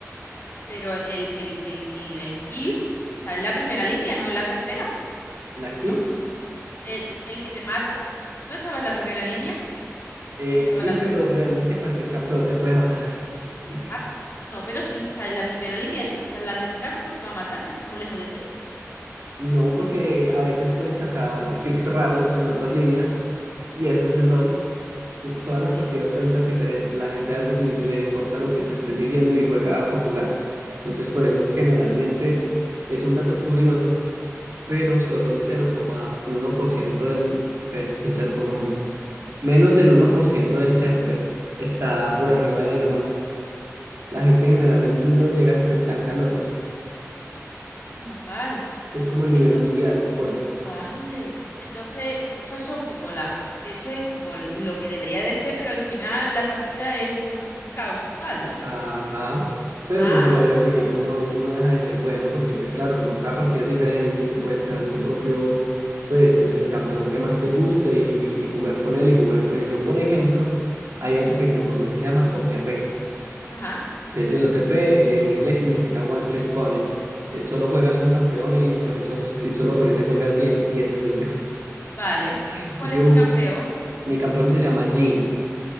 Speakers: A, on the left; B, on the right.
A: pero el, el, el, el, el kill está en la primera línea, no en la tercera,
B: la kill.
A: ¿no? El, el que te mata no estaba en la primera línea
B: Eh,
A: o estaba
B: sí,
A: en la
B: pero
A: tercera.
B: realmente cualquier campeón te puede matar. <laughs>
A: Ah, no, pero si está en la primera línea y tú estás en la tercera, ¿cómo te va a matar si está muy lejos de ti?
B: No, porque a veces pueden sacar picks raros en otras líneas, y eso es el LOL.
A: ¿Cómo
B: Todas las
A: que?
B: partidas pueden ser diferentes. La gente a veces ni le importa lo que te estoy diciendo y juega por jugar. Entonces, por eso generalmente es un dato curioso, pero solo el 0,1% del, pues que el 0,1, menos del 1% del server está por arriba de diamante. La gente generalmente no llega, se estanca en oro.
A: Ah, Vale.
B: Es como el
A: Entonces,
B: nivel mundial, oro.
A: vale. Entonces, esas son como la, eso es como lo que debería de ser, pero al final la partida es un, un caos total, ¿no?
B: Ajá. Pero
A: Ah,
B: pues igual el jueguito no, no deja de ser bueno porque pues claro, como cada partida es diferente y tú puedes tener tu propio, pues el, el campeón que más te guste y, y jugar con él y jugar con él. Yo, por ejemplo, hay algo que en el juego se llama OTP.
A: ajá,
B: Entonces el OTP en inglés significa One Trick Pony. Eh, solo juegas un campeón y con esos, y solo con ese juegas bien y ese soy yo.
A: vale.
B: <laughs>
A: ¿Cuál
B: Yo, yo,
A: es tu campeón?
B: mi campeón se llama Jhin.